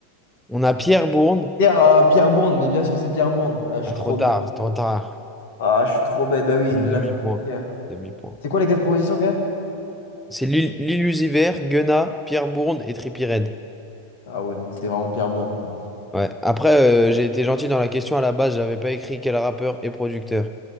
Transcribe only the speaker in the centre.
On a Pierre Bourne.
Ah,
trop
tard,
trop tard.
Demi-point.
Demi-point.
C'est l'il- l'illusiver, Guena, Pierre Bourne et Trippie Redd.
Ouais. Après, euh, j'ai été gentil dans la question à la base, j'avais pas écrit quel rappeur et producteur.